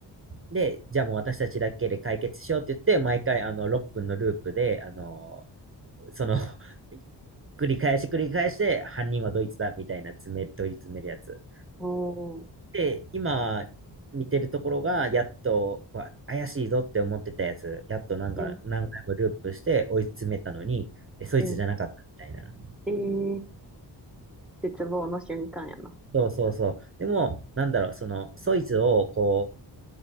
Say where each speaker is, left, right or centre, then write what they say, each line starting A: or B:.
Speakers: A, on the right; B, in the centre.
A: で、じゃあもう私たちだけで解決しようって言って、毎回あの6分のループで、あの、その <laughs> 繰り返し繰り返して、犯人はドイツだみたいな詰め、問い詰めるやつ。
B: おー。
A: で、今見てるところが、やっと、わ怪しいぞって思ってたやつ、やっとなんか何回もループして追い詰めたのに、
B: うん、
A: え、そいつじゃなかったみたいな。
B: うん。ええー、絶望の瞬間やな。
A: そうそうそう。でも、なんだろう、その、そいつをこう、